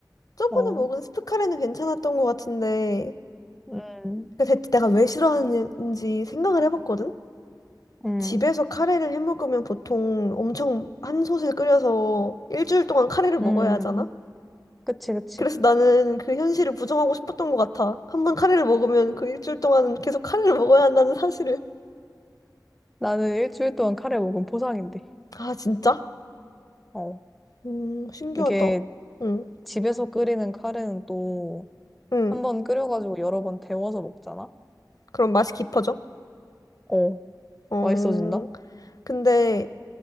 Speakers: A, on the left; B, in the centre.
A: 저번에
B: 어.
A: 먹은 스프 카레는 괜찮았던 것 같은데,
B: 음.
A: 그 대체 내가 왜 싫어하는지 생각을 해봤거든?
B: 음.
A: 집에서 카레를 해 먹으면 보통 엄청 한 솥을 끓여서 일주일 동안 카레를 먹어야
B: 음.
A: 하잖아?
B: 그치, 그치.
A: 그래서 나는 그 현실을 부정하고 싶었던 것 같아. 한 번 카레를 먹으면 그 일주일 동안은 계속 카레를 먹어야 한다는 사실을.
B: 나는 일주일 동안 카레 먹으면 보상인데.
A: 아, 진짜?
B: 어.
A: 음, 신기하다.
B: 이게
A: 응,
B: 집에서 끓이는 카레는 또
A: 응.
B: 한 번 끓여가지고 여러 번 데워서 먹잖아?
A: 그럼 맛이 깊어져?
B: 어.
A: 어,
B: 맛있어진다?
A: 근데